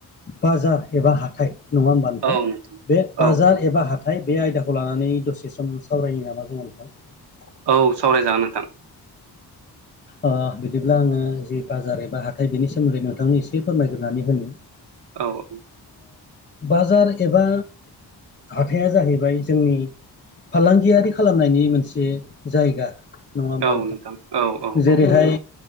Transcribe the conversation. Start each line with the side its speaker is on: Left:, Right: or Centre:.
Left: बाजार एबा हाथाय नङा होमबा नोंथां
Right: औ
Left: बे बाजार
Right: औ औ
Left: एबा हाथाय बे आयदाखौ लानानै दसे बे सम सावरायनो लाना जोंहा नोंथां
Right: औ सावरायजागोन नोंथां
Left: अ बिदिब्ला आङो जि बाजार एबा हाथाय बेनि सोमोन्दै नोंथांनो एसे फोरमायग्रोनानै होनो
Right: औ उम
Left: बाजार एबा हाथाया जाहैबाय जोंनि फालांगियारि खालामनायनि मोनसे जायगा नङा होमबा
Right: औ नोंथां औ औ
Left: जेरैहाय
Right: औ